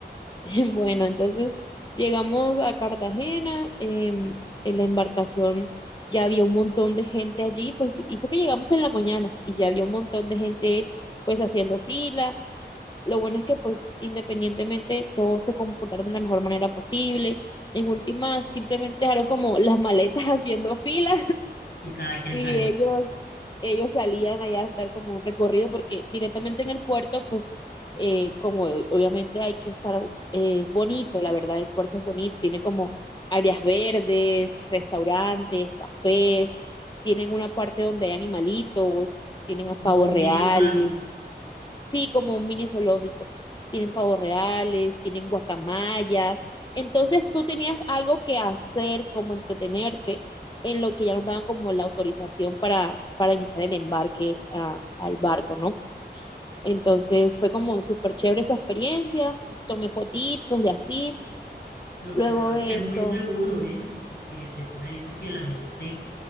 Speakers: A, on the left (about 25°); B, on the left (about 70°).
A: <laughs> Bueno, entonces llegamos a Cartagena, em, en la embarcación ya había un montón de gente allí, pues hizo que llegamos en la mañana y ya había un montón de gente pues haciendo fila. Lo bueno es que pues independientemente todos se comportaron de la mejor manera posible. En última, simplemente dejaron como las maletas <laughs> haciendo fila
B: Y cada quien
A: y
B: salió
A: ellos ellos salían allá a dar como un recorrido porque directamente en el puerto, pues eh, como o- obviamente hay que estar eh, bonito, la verdad el puerto es bonito, tiene como áreas verdes, restaurantes, cafés, tienen una parte donde hay animalitos, tienen a
B: como
A: pavos
B: un
A: reales,
B: mini zoológico.
A: Sí, como un mini zoológico. Tienen pavos reales, tienen guacamayas. Entonces tú tenías algo que hacer, como entretenerte, en lo que ya nos daban como la autorización para, para iniciar el embarque a- al barco, ¿no? Entonces fue como súper chévere esa experiencia. Tomé fotitos y así.
B: Lo
A: Luego
B: que veo
A: de
B: es que es
A: eso,
B: muy seguro, ¿eh? Porque si tú me dices que la gente